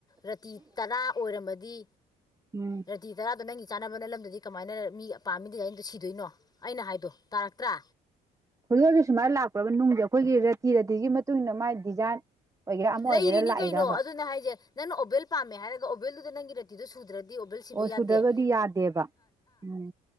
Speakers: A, on the left (about 25°); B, on the right (about 20°).
A: ꯔꯥꯇꯤ ꯇꯔꯥ ꯑꯣꯏꯔꯝꯃꯗꯤ
B: ꯎꯝ
A: ꯔꯥꯇꯤ ꯇꯔꯥꯗꯣ ꯅꯪꯒꯤ ꯆꯥꯅꯕꯅ ꯑꯗꯨꯗꯤ ꯀꯃꯥꯏꯅ ꯃꯤ ꯑꯄꯥꯝꯃꯤ ꯗꯤꯖꯥꯏꯟꯗꯣ ꯁꯤꯗꯣꯏꯅꯣ ꯑꯩꯅ ꯍꯥꯏꯗꯣ ꯇꯥꯔꯛꯇ꯭ꯔꯥ
B: ꯍꯧꯖꯤꯛ ꯍꯧꯖꯤꯛ ꯁꯨꯃꯥꯏꯅ ꯂꯥꯛꯄ꯭ꯔꯕ ꯅꯨꯡꯁꯦ ꯑꯩꯈꯣꯏꯒꯤ ꯇꯤꯔꯗꯤꯒꯤ ꯃꯇꯨꯡ ꯏꯟꯅ ꯃꯥꯥꯏ ꯗꯤꯖꯥꯏꯟ ꯑꯣꯏꯒꯦꯔꯥ ꯑꯃ
A: ꯂꯩꯔꯤꯅꯤ
B: ꯑꯣꯏꯒꯦꯔꯥ ꯂꯥꯛꯏꯔꯕ
A: ꯀꯩꯅꯣ ꯑꯗꯨꯅ ꯍꯥꯏꯁꯦ ꯅꯪꯅ ꯑꯣꯕꯦꯜ ꯄꯥꯝꯃꯦ ꯍꯥꯏꯔꯒ ꯜꯂꯗ ꯅꯪ ꯉ ꯏꯔꯛꯗ ꯁꯨꯗ꯭ꯔ ꯁꯤ
B: ꯑꯣ
A: ꯌꯥꯗ
B: ꯁꯨꯗ꯭ꯔꯒꯗꯤ ꯌꯥꯗꯦꯕ ꯎꯝ